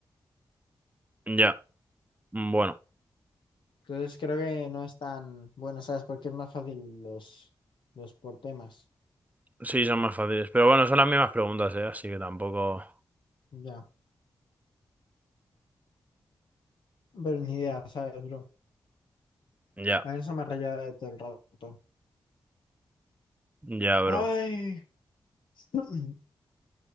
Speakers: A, on the right; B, on the left.
A: Ya, bueno,
B: Entonces creo que no es tan bueno, ¿sabes? Porque es más fácil los, los por temas.
A: sí, son más fáciles. Pero bueno, son las mismas preguntas, ¿eh? Así que tampoco.
B: Ya, pero ni idea, ¿sabes, bro?
A: Ya,
B: A eso me rayaba de todo el rato.
A: ya, bro.
B: Ay. <clears throat>